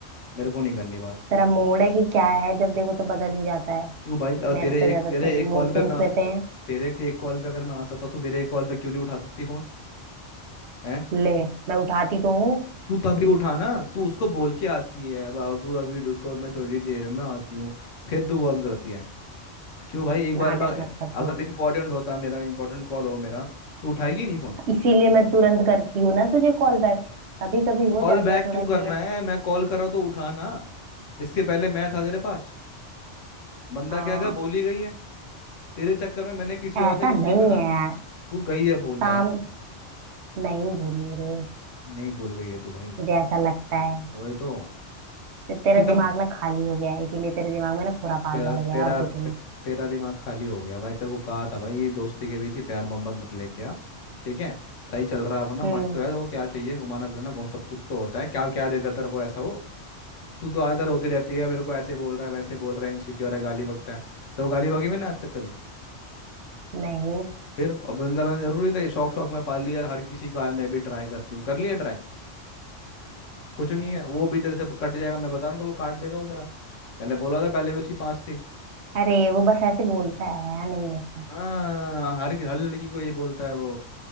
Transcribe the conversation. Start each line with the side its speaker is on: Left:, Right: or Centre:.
Left: मेरे को नहीं करनी बात
Right: तेरा मूड है कि क्या है जब देखो तो बदल ही जाता है
Left: क्यों भाई अगर
Right: मेरे
Left: तेरे
Right: से
Left: एक
Right: ज्यादा
Left: तेरे
Right: तेरे
Left: एक कॉल
Right: मूड सिंग्स
Left: पे मैं आ सक
Right: रहते हैं
Left: तेरे के एक कॉल पे अगर मैं आ सकता हूँ तो मेरे एक कॉल पे क्यों नहीं उठा सकती फोन है
Right: ले
Left: तू
Right: मैं उठाती तो हूँ
Left: तू तभी उठाना तू उसको बोल के आती है बाबू अभी रुको मैं थोड़ी देर में आती हूँ फिर तू कॉल करती है क्यों भाई एक बार
Right: नाटक
Left: मैं
Right: मत कर तू
Left: अगर इम्पोर्टेंट होता मेरा इम्पोर्टेंट कॉल हो मेरा तो उठाएगी नहीं फोन
Right: इसीलिए मैं तुरंत करती हूँ ना तुझे कॉल बैक कभी कभी हो
Left: कॉल
Right: जाता
Left: बैक
Right: है थोड़ा
Left: क्यों
Right: लेट
Left: करना है मैं कॉल कर रहा हूँ तो उठाना इससे पहले मैं था तेरे पास बंदा
Right: हाँ
Left: क्या गया बोली गई है तेरे चक्कर में मैंने किसी और
Right: ऐसा
Left: से कुछ
Right: नहीं
Left: नहीं करा
Right: है यार
Left: तू गई है भूल
Right: काम
Left: भाई
Right: नहीं भूली रे
Left: नहीं भूल गई है तू भाई
Right: मुझे ऐसा लगता है
Left: वही तो
Right: तो तेरा
Left: कितना
Right: दिमाग ना खाली हो गया है इसीलिए तेरे दिमाग में ना खुरापात
Left: तेरा
Right: भर
Left: तेरा
Right: गया है और
Left: ते,
Right: कुछ नहीं
Left: तेरा दिमाग खाली हो गया भाई तेरे को कहा था भाई ये दोस्ती के बीच ही प्यार मोहब्बत मत लेके आ ठीक है सही चल रहा है अपना
Right: हम्म
Left: मस्त है वो क्या चाहिए घुमाना फिराना घूम सब कुछ तो होता है क्या क्या देता तेरे को ऐसा वो तू तो आदर होती रहती है मेरे को ऐसे बोल रहा है वैसे बोल रहा है इनसिक्योर है गाली बकता है तो वो गाली बकी मैंने आज तक कभी
Right: नहीं
Left: फिर अब बंदा मैंने जरूरी था ये शौक शौक में पाल लिया और हर किसी का है मैं भी ट्राई करती हूँ कर लिया ट्राई
Right: हाँ
Left: कुछ नहीं है वो भी तेरे से कट जाएगा मैं बता रहा हूँ तेरे को काट देगा वो तेरा पहले बोला था पहले भी उसकी पांच थी
Right: अरे वो बस ऐसे बोलता है नहीं ऐसा
Left: हाँ हर हर लड़की को यही बोलता है वो